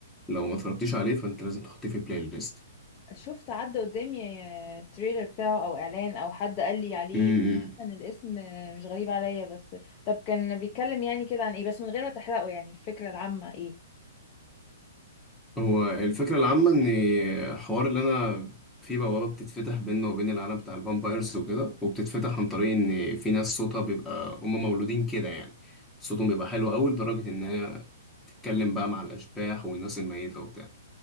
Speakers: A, in the centre; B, on the left.
A: ما اتفرجتيش عليه فأنت لازم تحطيه في بلاي ليست
B: شفت عدى قدامي آه، تريلر بتاعه او اعلان او حد قال لي عليه
A: أمم.
B: ان الاسم آه، مش غريب عليا بس طب كان بيتكلم يعني كده عن ايه بس من غير ما تحرقه يعني الفكره العامه ايه
A: هو الفكرة العامة إن الحوار اللي أنا في بوابة بتتفتح بيننا وبين العالم بتاع الفامبايرز وكده وبتتفتح عن طريق إن في ناس صوتها بيبقى هما مولودين كده يعني صوتهم بيبقى حلو أوي لدرجة إن هي اتكلم بقى مع الاشباح والناس الميته وبتاع